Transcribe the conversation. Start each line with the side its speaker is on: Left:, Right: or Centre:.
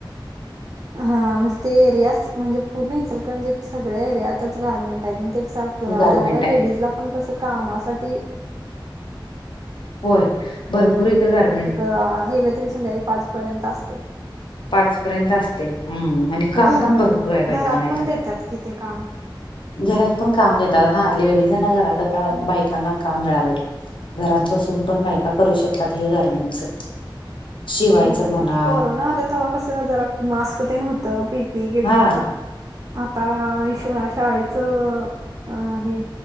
Right: हा, म्हणजे ते एरियाच म्हणजे, पूर्ण इचलकरंजीत सगळे एरियातच गारमेंट आहेत, मग ते कस आ- पला
Left: गारमेंट
Right: जवळ
Left: आहे
Right: लेडीज ला पण कस कामासाठी-
Left: होय, भरपूर इथं गार-
Right: एक आ.. गेल तरी संध्याकाळी पाच पर्यंत असतय.
Left: पाच पर्यंत असतय, हम्म आणि काम
Right: घरात
Left: पण भरपूर आहे बायकांना
Right: घरात
Left: इथं.
Right: पण देतात कि ते काम-
Left: घरात पण काम देतात. हा, लेडीजांना घरात आता बायकांना काम मिळालय. घरात बसून पण बायका करू शकतात हे गारमेंटच. शिवायचं
Right: होय,
Left: म्हणा
Right: तेच कोरोना आल्यात- तवा कस जरा मास्क होत, पी पी इ किट
Left: हा
Right: होत आता <unintelligible> शाळेचं हे